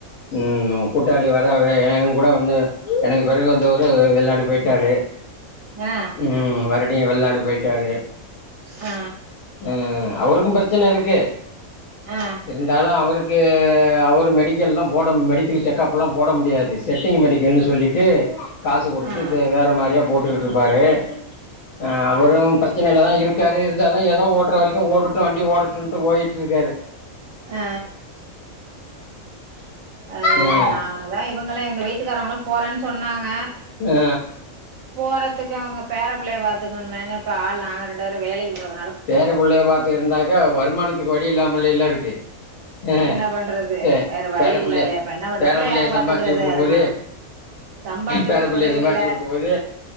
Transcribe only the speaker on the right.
ஆ
ஆ
ஆ
ஆ
அ அதுதா
நா அதா இவுங்களு எங்க வீட்டுக்காரவங்களு போறேனு சொன்னாங்க
போறதுக்கு அவுங்க பேர புள்ளய பாத்துக்கனுமேனு இப்ப ஆள் நாங்க ரெண்டு வேரு வேலைக் போறது
என்ன பண்றது
வேற வழி
இல்ல இப்ப என்ன பண்ற
புள்ளைய
யாரு பாத்துக்கறது
அதனாலதா
சம்பாரிச்சு
குடுக்கறது
இல்ல